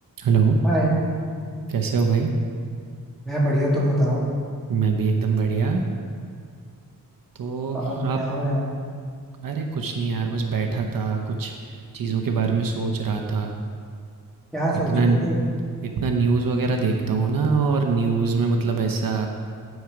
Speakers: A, on the right (about 70°); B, in the centre.
A: Hello,
B: हाय
A: कैसे हो भाई?
B: मैं बढ़िया तुम बताओ
A: मैं भी एकदम बढ़िया। तो
B: और क्या
A: आप
B: हो रहा है
A: अरे कुछ नहीं यार, बस बैठा था, कुछ चीज़ों के बारे में सोच रहा था।
B: क्या
A: इतना
B: सोच रहे थे
A: इतना न्यूज़ वगैरह देखता हूँ ना और न्यूज़ में मतलब ऐसा